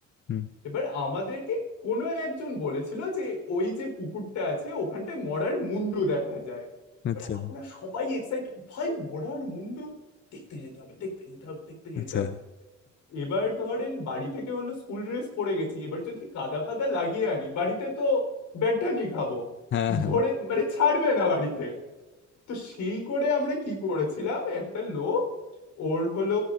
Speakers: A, on the left; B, on the left.
A: হুম,
B: এবার আমাদেরকে কোনো একজন বলেছিল যে ওই যে পুকুরটা আছে ওখানটায় মরার মুন্ডু দেখা যায় এবার
A: আচ্ছা
B: আমরা সবাই এক্সাইটেড ভাই মরার মুন্ডু দেখতে যেতে হবে দেখতে যেতে হবে দেখতে যেতে
A: আচ্ছা
B: হবে এবার ধরেন বাড়ি থেকে হলো স্কুল ড্রেস পরে গেছি এবার যদি কাদা ফাদা লাগিয়ে আনি বাড়িতে তো ব্যাটানি খাবো
A: হ্যাঁ হ্যাঁ
B: ধরে মানে ছাড়বে না বাড়িতে তো সেই করে আমরা কি করেছিলাম একটা লোক ওর হলো